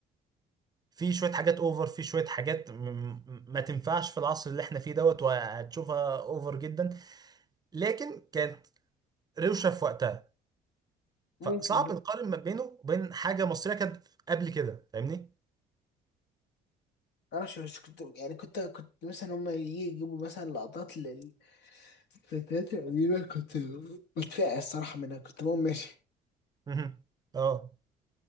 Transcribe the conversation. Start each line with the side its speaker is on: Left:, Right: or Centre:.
Right: في شوية حاجات اوفر في شوية حاجات م- م- ما تنفعش في العصر اللي احنا فيه دوت وهتشوفها اوفر جدا لكن كانت روشة في وقتها
Left: ممكن
Right: فصعب نقارن ما بينه وبين حاجة مصرية كانت قبل كده فاهمني؟
Left: انا مش مش كنت يعني كنت كنت مثلا هم يجي يجيبوا مثلا لقطات للفتيات القديمه كنت بتفقع الصراحه منها كنت بقوم ماشي
Right: مهم. اه